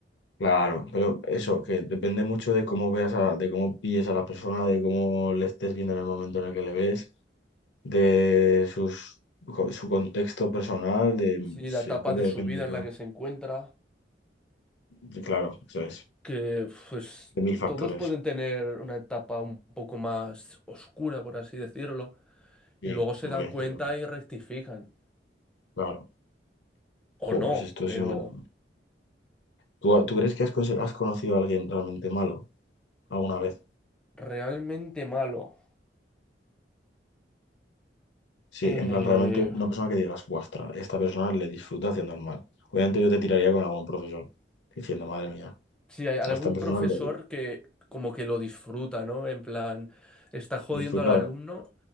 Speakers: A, on the left (about 85°); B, in the centre.
A: Claro, pero eso, que depende mucho de cómo veas a, de cómo pilles a la persona, de cómo le estés viendo en el momento en el que le ves de sus, co- su contexto personal, de,
B: Sí,
A: sí,
B: la etapa
A: yo creo
B: de
A: que depende
B: su vida
A: de todo.
B: en la que se encuentra,
A: Y claro, eso es,
B: que pues
A: de mil factores.
B: todos pueden tener una etapa un poco más oscura, por así decirlo,
A: Sí,
B: y luego se
A: hombre,
B: dan cuenta
A: yo creo que-
B: y rectifican.
A: claro.
B: O
A: Jo,
B: no,
A: pues esto es...
B: pero
A: me lo- ¿Tú, tú crees que has, conse- has conocido a alguien realmente malo alguna vez?
B: realmente malo.
A: Sí,
B: Eh,
A: en plan, realmente una persona que digas, guastra, esta persona le disfruta haciendo el mal. Obviamente yo te tiraría con algún profesor, diciendo, madre mía,
B: si hay algún
A: a esta persona
B: profesor
A: le le
B: que como que lo disfruta, ¿no? En plan, está jodiendo
A: disfruta,
B: al alumno